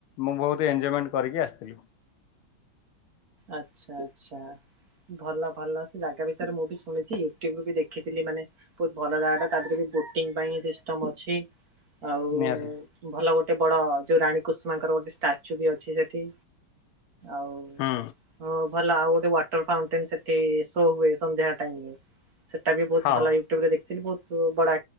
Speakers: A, on the left (about 80°); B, on the right (about 50°).
A: ମୁଁ ବହୁତ ଏଞଜୟମେଣ୍ଟ କରିକି ଆସିଥିଲୁ।
B: ଆଛା ଆଛା ଭଲ ଭଲ ସେ ଜାଗା ବିଷୟରେ ମୁଁ ବି ଶୁଣିଛି ୟୁଟ୍ୟୁବୁ ବି ଦେଖିଥିଲି ମାନେ ବହୁତ ଭଲ ଜାଗା ଟା ତା ଦେହରେ ବି ବୋଟିଂ ପାଇଁ ସିଷ୍ଟମ ଅଛି। ଆଉ
A: ନିହାତି
B: ଭଲ ଗୋଟେ ବଡ ଯୋଉ ରାଣୀ କୁଷ୍ମାଙ୍କର ଗୋଟେ ଷ୍ଟାଚୁ ବି ଅଛି ସେଠି। ଆଉ
A: ହୁଁ
B: ହଁ ଭଲ ଆଉ ଗୋଟେ ୱାଟର ଫାଉଣ୍ଟେନ ସେଠି ଶୋ ହୁଏ ସନ୍ଧ୍ୟା ଟାଇମରେ। ସେଟା ବି ବହୁତ
A: ହଁ
B: ଭଲ ୟୁଟ୍ୟୁବ ରେ ଦେଖଥିଲି ବହୁତ ବଡ